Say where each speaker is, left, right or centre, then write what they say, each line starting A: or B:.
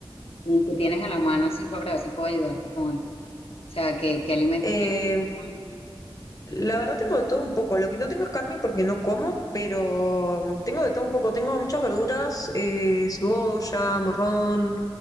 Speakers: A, on the left; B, on the left.
A: ¿Y qué tienes a la mano así para ver si puedo ayudarte con algo? O sea, ¿qué, qué alimentos
B: Eh,
A: tienes a la mano?
B: La verdad tengo de todo un poco. Lo que no tengo es carne porque no como, pero mm, tengo de todo un poco. Tengo muchas verduras, eh, cebolla, morrón,